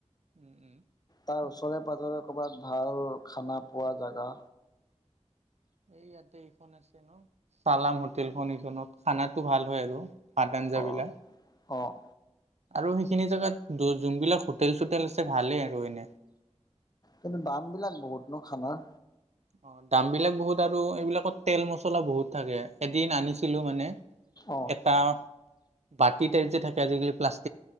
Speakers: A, on the right; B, on the left.
A: উম উম
B: তাৰ ওচৰে পাজৰে ক'ৰবাত ভাল খানা পোৱা জাগা
A: এই ইয়াতে এইখন আছে ন চালাম হোটেলখন এইখনত খানাটো ভাল হয় আৰু। ভাত আঞ্জ
B: অ'।
A: বিলাক
B: অ',
A: আৰু সেইখিনি জেগাত যোনবিলাক হোটেল চোটেল আছে ভালেই আৰু এনে।
B: কিন্তু দামবিলাক বহুত ন' খানাৰ?
A: অ', দাম বিলাক বহুত আৰু এইবিলাকত তেল মছলা বহুত থাকে এদিন আনিছিলো মানে।
B: অ',
A: এটা বাতি টাইপ যে থাকে আজিকালি প্লাষ্টিক